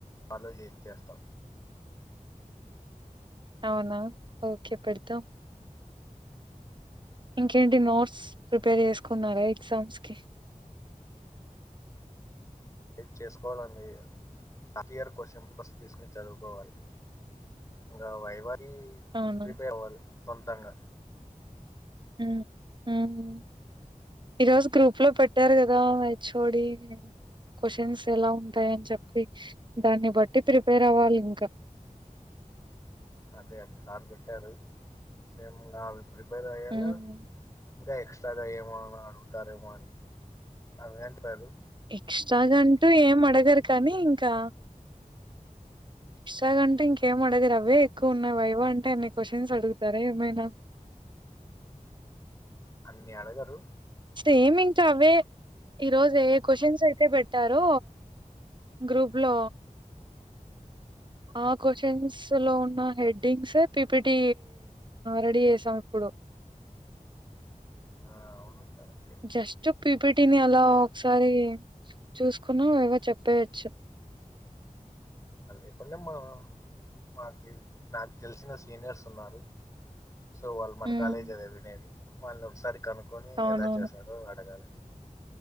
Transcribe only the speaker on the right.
అవునా ఓకే పెడతాం ఇంకేంటి నోట్స్ ప్రిపేర్ చేసుకున్నారా ఎగ్జామ్స్ కి
అవునా
ఉమ్ ఉమ్ ఈరోజు గ్రూప్ లో పెట్టారు కదా హెచ్ఓడి క్వషన్స్ ఎలా ఉంటాయని చెప్పి దాన్ని బట్టి ప్రిపేర్ అవ్వాలి ఇంకా
ఉమ్
ఎక్స్ట్రాగాంటూ ఏం అడగరు కానీ ఇంకా ఎక్స్ట్రా కంటే ఇంకేం అడగరా అవే ఎక్కువ ఉన్నాయి వైవా అంటే ఎన్ని క్వశ్చన్స్ అడుగుతారా ఏమైనా
సేమ్ ఇంకా అవే ఈరోజు ఏ క్వశచన్స్ అయితే పెట్టారు గ్రూప్ లో ఆ క్వశ్చన్ లో ఉన్న హెడ్డింగ్స్ పిపిటి రెడీ చేసాం ఇప్పుడు
జస్ట్ పీపీటీ నీ అలా ఒకసారి చూసుకున్నా అవే చెప్పేయచ్చు
ఉమ్
అవునవును